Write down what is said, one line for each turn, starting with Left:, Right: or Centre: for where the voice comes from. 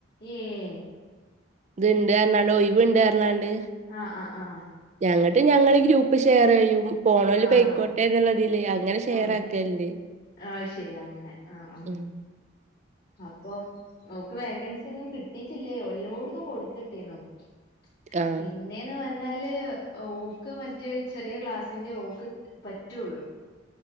Left: ഏഹ്
Right: ഇത്ണ്ട്ർഞ്ഞാണ്ട് ഒഴിവിണ്ട്ർഞ്ഞാണ്ട്
Left: ആഹ് ആഹ് ആഹ്
Right: ഞങ്ങട്ട് ഞങ്ങള് ഗ്രൂപ്പ് ഷെയർ ചെയ്യും പോണല്
Left: ആഹ് ആഹ്
Right: പോയിക്കോട്ടെ എന്നുള്ളതില് അങ്ങനെ ഷെയർ
Left: ആഹ്
Right: ആക്കല്ണ്ട്
Left: ആഹ് അത് ശരി അങ്ങനെ ആഹ് ആഹ്
Right: ഉമ്
Left: അപ്പം ഓക്ക് വേക്കൻസി ഒന്നും കിട്ടീട്ടില്ലയോ എല്ലോടത്തും കൊടു ത്തിട്ടിനു പിന്ന
Right: ആഹ്
Left: പിന്നെന്ന് പറഞ്ഞാല് ഓക്ക് മറ്റേ ചെറിയ ക്ലാസിന്റെ ഓക്ക് പറ്റുള്ളു